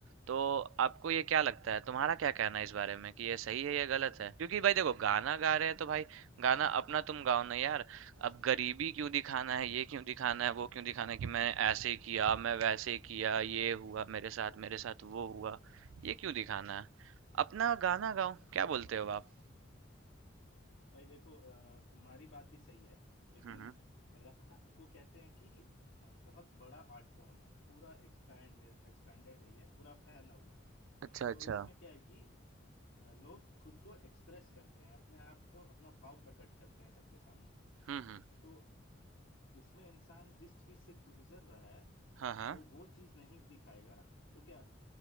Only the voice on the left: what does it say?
भाई देखो अ, तुम्हारी बात भी सही है लेकिन
रैप को कहते हैं कि अ, बहुत बड़ा आर्ट फॉर्म है पूरा एक्सपैंड है एक्सपैंडेड है ये पूरा फैला हुआ है
तो इसमें क्या है कि अ, लोग खुद को एक्सप्रेस करते हैं अपने आप को अपना भाव प्रकट करते हैं सबके सामने
तो इसमें इंसान जिस चीज से गुजर रहा है
वो वो चीज नहीं दिखाएगा तो क्या